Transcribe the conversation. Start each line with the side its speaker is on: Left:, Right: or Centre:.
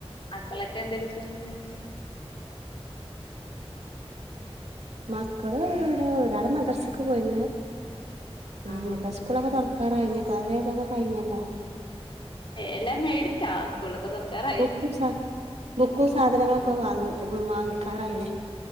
Left: മക്കളൊക്കെ എന്തെടുക്കുന്നുന്ന്
Right: മക്കള് ഇവടെ ഒരാള് മദർസക്ക് പോയിന് ഉം
Left: ആഹാ
Right: ഇപ്പ സ്കൂളൊക്കെ തൊറക്കാറായി ഇനി അവരെ ഇതൊക്കെ കയ്ഞ്ഞല്ലോ
Left: ഏ എല്ലാം മേടിച്ചാ സ്കൂളോക്കെ തൊറക്കാറ
Right: ബുക്കും സ ബുക്കും സാധനങ്ങളൊക്കെ
Left: ഉം
Right: വാങ്ങി വാങ്ങിക്കാറായില്ലേ